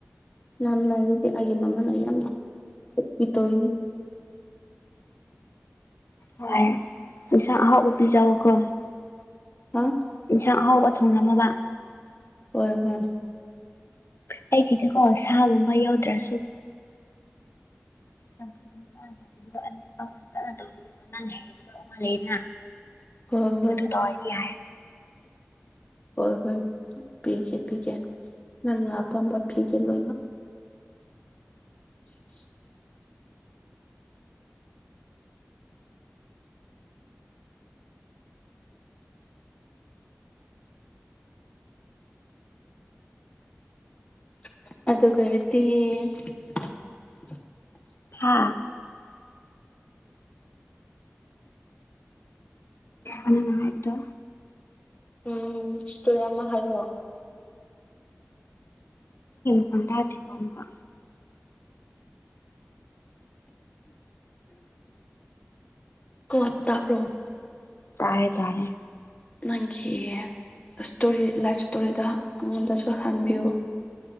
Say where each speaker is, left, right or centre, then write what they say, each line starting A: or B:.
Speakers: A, on the left (about 30°); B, on the left (about 70°).
A: ꯅꯍꯥꯟ ꯂꯥꯏꯔꯗꯤ ꯑꯩꯒꯤ ꯃꯃꯅ ꯌꯥꯝꯅ ꯇꯠꯄꯤ ꯇꯧꯏꯅꯤ
B: ꯍꯣꯏ ꯄꯩꯁꯥ ꯑꯍꯥꯎꯒꯄꯤꯖꯕꯀꯣ
A: ꯍꯥ
B: ꯏꯟꯁꯥꯡ ꯑꯍꯥꯎꯕ ꯊꯣꯡꯡꯂꯝꯃꯕ
A: ꯍꯣꯏ ꯍꯣꯏ
B: ꯑꯩꯒꯤꯈꯤꯗꯤꯀꯣ ꯁꯥꯒꯨꯝꯕ ꯌꯥꯎꯗ꯭ꯔꯁꯨ <inaudible> ꯃꯐꯨꯖꯅ ꯇꯧꯕꯤꯌꯣ ꯅꯪ ꯍꯩꯕꯗꯣ ꯑꯃ ꯂꯩꯅ
A: ꯍꯣꯏ ꯍꯣꯏ
B: ꯃꯗꯨ ꯇꯧꯔꯗꯤ ꯍꯥꯏ
A: ꯍꯣꯏ ꯍꯣꯏ ꯄꯤꯒꯦ ꯄꯤꯒꯦ ꯅꯪꯅ ꯑꯄꯥꯝꯕ ꯄꯤꯒꯦ ꯂꯣꯏꯅ <inaudible> <unintelligible>
B: ꯍꯥꯥ ꯑꯅ ꯍꯥꯏꯕꯤꯗ
A: ꯎꯝ ꯁꯇꯔꯤ ꯑꯃ ꯍꯥꯏꯂꯑꯣ
B: ꯀꯣꯟ ꯇꯥꯇꯤꯕꯕ
A: ꯀ ꯇꯕ꯭ꯔꯣ
B: ꯇꯥꯔꯦ ꯇꯥꯔꯦ
A: ꯃꯒꯤ ꯏꯁꯇꯣꯔꯤ ꯂꯥꯏꯐ ꯏꯁꯇꯣꯔꯤꯗ ꯑꯩꯉꯣꯟꯗꯁꯨ ꯍꯟꯕꯤꯌꯨ